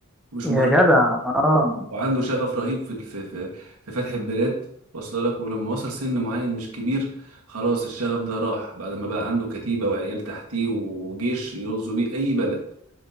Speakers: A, on the right (about 80°); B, in the centre.
A: مش
B: يا
A: مجرد
B: جدع اه
A: وعنده شغف رهيب في في في, في فتح البلاد واصل لك ولما وصل سن معين مش كبير خلاص الشغف ده راح بعد ما بقى عنده كتيبة وعيال تحتيه وجيش يغزو بيه اي بلد